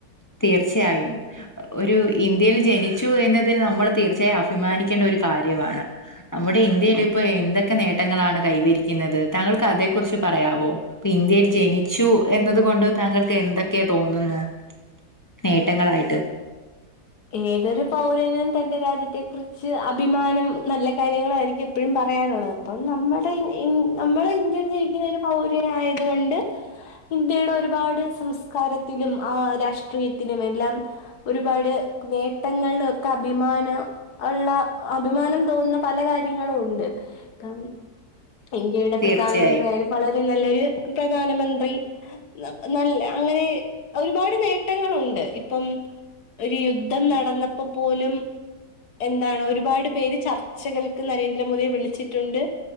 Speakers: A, on the left (about 25°); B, on the left (about 70°).
A: തീർച്ചയായും. ഒരു ഇന്ത്യയിൽ ജനിച്ചു എന്നതിൽ നമ്മൾ തീർച്ചയാ അഫിമാനിക്കേണ്ട ഒരു കാര്യവാണ്. നമ്മുടെ ഇന്ത്യയില് പ്പൊ എന്തൊക്കെ നേട്ടങ്ങളാണ് കൈ വെരിയ്ക്കുന്നത്. താങ്കൾക്ക് അതേ കുറി ച്ചു പറയാവോ? ഇപ്പൊ ഇന്ത്യയിൽ ജനിച്ചു എന്നത് കൊണ്ട് താങ്കൾക്ക് എന്തൊക്കെ തോന്നുന്നു? നേട്ടങ്ങളായിട്ട്
B: ഏതൊരു പൗരനും തന്റെ രാജ്യത്തെ കുറിച്ച് അഭിമാനം, നല്ല കാര്യങ്ങളായിരിക്കും എപ്പഴും പറയാൻ ന്നാണപ്പം നമ്മടെ ഇൻ ഇൻ നമ്മടെ ഇന്ത്യയിൽ ജീവിക്കുന്ന പൗരനായത് കൊണ്ട് ഇന്ത്യയുടെ ഒരുപാട് സംസ്കാരത്തിലും ആ രാഷ്ട്രീയത്തിനും എല്ലാം ഒരുപാ ട് നേട്ടങ്ങളൊക്കെ അഭിമാന ഒള്ള അഭിമാനം തോന്ന പല കാര്യങ്ങളും ഉ ണ്ട്. <unintelligible> ഇന്ത്യയുടെ
A: തീർച്ചയായും
B: പ്രധാനമന്ത്രിയായാലും വളര് നല്ലൊര് പ്രധാനമന്ത്രി ന നല്ല അങ്ങനെ ഒരുപാട് നേട്ടങ്ങളു ണ്ട്. ഇപ്പം ഒരു യുദ്ധം നടന്നപ്പ പോലും എന്താണ് ഒരുപാട് പേര് ചർച്ചകൾക്ക് നരേന്ദ്രമോദിയെ വിളിച്ചിട്ട്ണ്ട്.